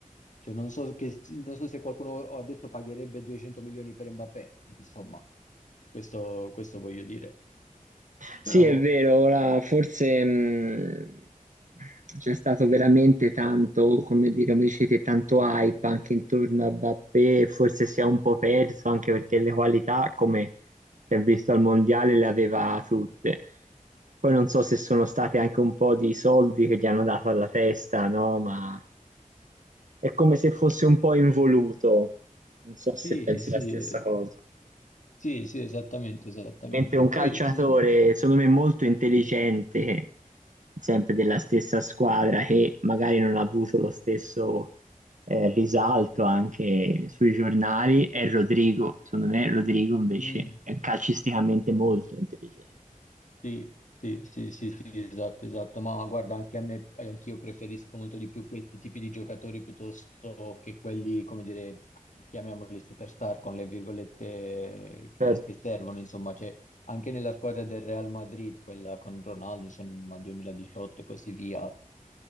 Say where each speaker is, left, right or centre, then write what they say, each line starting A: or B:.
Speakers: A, on the left; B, on the right.
A: Cioè, non so, che- non so se qualcuno ha detto pagherebbe 200 milioni per Mbappé, insomma, questo, questo voglio dire.
B: Sì,
A: Però
B: è vero, ora forse mh, c'è stato veramente tanto, come dire, come dicete, tanto hype anche intorno a Mbappé, forse si è un po' perso anche perché le qualità, come si è visto al Mondiale, le aveva tutte. Poi non so se sono stati anche un po' di soldi che gli hanno dato alla testa, no? Ma è come se fosse un po' involuto. Non so se
A: sì,
B: pensi
A: sì,
B: la stessa
A: eh,
B: cosa.
A: sì, sì, esattamente, esattamente.
B: Mentre un calciatore,
A: Poi, mm,
B: secondo me, molto intelligente, sempre della stessa squadra, che magari non ha avuto lo stesso eh, risalto anche sui giornali, è Rodrigo. Secondo me, Rodrigo invece
A: mm.
B: è calcisticamente molto intelligente.
A: Sì, sì, sì, sì, sì, esatto, esatto, ma guarda, anche a me, anch'io preferisco molto di più questi tipi di giocatori piuttosto che quelli, come dire, chiamiamoli superstar con le virgolette che,
B: Certo,
A: che servono, insomma, c'è anche nella squadra del Real Madrid, quella con Ronaldo, insomma, 2018 e così via,